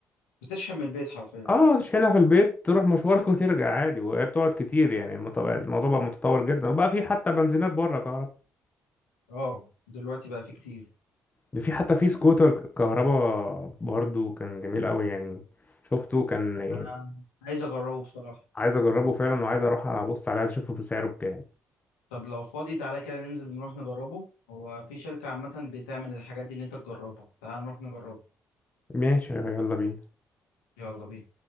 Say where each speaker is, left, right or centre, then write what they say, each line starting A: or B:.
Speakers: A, on the left (about 85°); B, on the left (about 25°).
A: بتشحن من البيت حرفيا
B: اه تشحنها في البيت تروح مشوارك <laughs> وترجع عادي وهي بتقعد كتير يعني المط- الموضوع بقى متطور جدا وبقى في حتى بنزينات بره كهرباء
A: اه دلوقتي بقى في كتير
B: ده في حتى في سكوتر كهربا برضو كان جميل قوي يعني شفته كان يعني
A: انا عايز اجربه بصراحة
B: عايز اجربه فعلا وعايز اروح ابص عليه عايز اشوفه بسعره بكام
A: طب لو فاضي تعالى كده ننزل نروح نجربه هو في شركة عامة بتعمل الحاجات دي اللي انت تجربها تعالى نروح نجربه
B: ماشي يلا بينا
A: يلا بينا